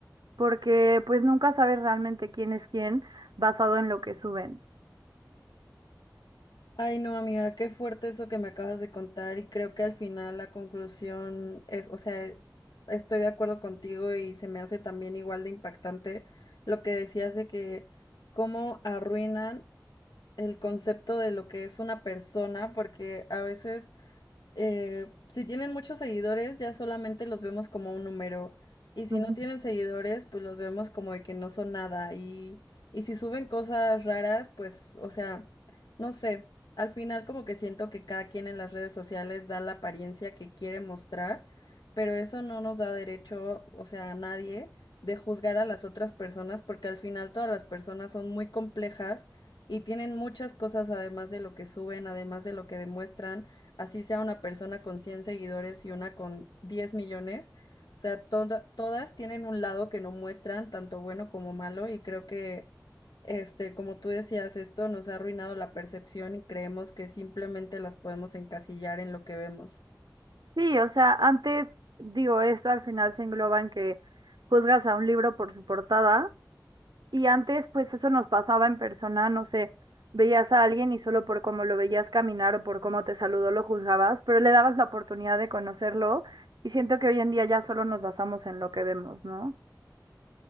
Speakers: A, on the right (about 80°); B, on the left (about 80°).
A: porque pues nunca sabes realmente quién es quién basado en lo que suben.
B: Ay, no, amiga, qué fuerte eso que me acabas de contar y creo que al final la conclusión es, o sea, estoy de acuerdo contigo y se me hace también igual de impactante lo que decías de que cómo arruinan el concepto de lo que es una persona, porque a veces eh, si tienen muchos seguidores, ya solamente los vemos como un número. Y si
A: Ujú.
B: no tienen seguidores, pues los vemos como de que no son nada. Y, y si suben cosas raras, pues, o sea, no sé. Al final como que siento que cada quien en las redes sociales da la apariencia que quiere mostrar, pero eso no nos da derecho, o sea, a nadie, de juzgar a las otras personas, porque al final todas las personas son muy complejas y tienen muchas cosas además de lo que suben, además de lo que demuestran así sea una persona con 100 seguidores y una con 10 millones, o sea, toda- todas tienen un lado que no muestran, tanto bueno como malo, y creo que, este, como tú decías, esto nos ha arruinado la percepción y creemos que simplemente las podemos encasillar en lo que vemos.
A: Sí, o sea, antes digo, esto al final se engloba en que juzgas a un libro por su portada y antes pues eso nos pasaba en persona, no sé, veías a alguien y solo por cómo lo veías caminar o por cómo te saludó lo juzgabas, pero le dabas la oportunidad de conocerlo y siento que hoy en día ya solo nos basamos en lo que vemos, ¿no?